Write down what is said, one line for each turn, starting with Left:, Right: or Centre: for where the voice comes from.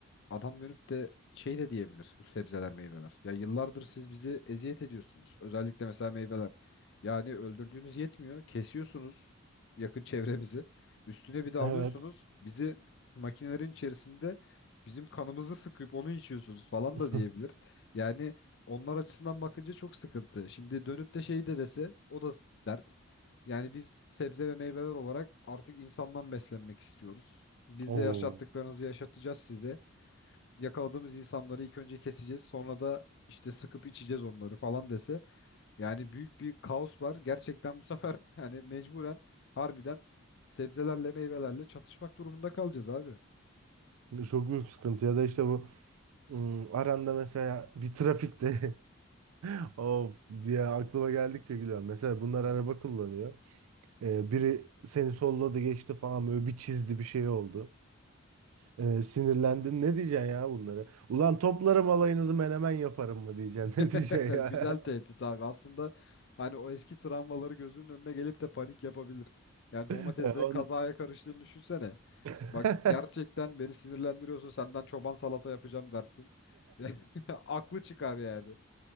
Left: adam dönüp de şey de diyebilir bu sebzeler meyveler. Ya yıllardır siz bizi eziyet ediyorsunuz. Özellikle mesela meyveler. Yani öldürdüğünüz yetmiyor. Kesiyorsunuz yakın <laughs> çevremizi. Üstüne bir de alıyorsunuz
Right: Evet.
Left: bizi makinelerin içerisinde bizim kanımızı sıkıp onu içiyorsunuz falan
Right: <laughs>
Left: da diyebilir. Yani onlar açısından bakınca çok sıkıntı. Şimdi dönüp de şey de dese o da dert. Yani biz sebze ve meyveler olarak artık insandan beslenmek istiyoruz. Biz
Right: Oo,
Left: de yaşattıklarınızı yaşatacağız size yakaladığımız insanları ilk önce keseceğiz. Sonra da işte sıkıp içeceğiz onları falan dese. Yani büyük bir kaos var. Gerçekten bu sefer <laughs> hani mecburen harbiden sebzelerle meyvelerle çatışmak durumunda kalacağız abi.
Right: çok büyük sıkıntı ya da işte bu Hmm, aranda mesela bir trafikte <laughs> of ya aklıma geldikçe gülüyorum. Mesela bunlar araba kullanıyor. Ee, biri seni solladı geçti falan böyle bir çizdi bir şey oldu. Ee, sinirlendin ne diyeceksin ya bunları? Ulan toplarım alayınızı menemen yaparım mı diyeceksin
Left: <laughs>
Right: <laughs> ne diyeceksin ya?
Left: Güzel tehdit
Right: <laughs>
Left: abi. Aslında hani o eski travmaları gözünün önüne gelip de panik yapabilir. Yani
Right: Ee,
Left: domatesle
Right: on...
Left: kazaya karıştığını düşünsene.
Right: <laughs>
Left: Bak Evet. gerçekten beni sinirlendiriyorsa senden çoban salata yapacağım dersin. <laughs> Aklı çıkar yani.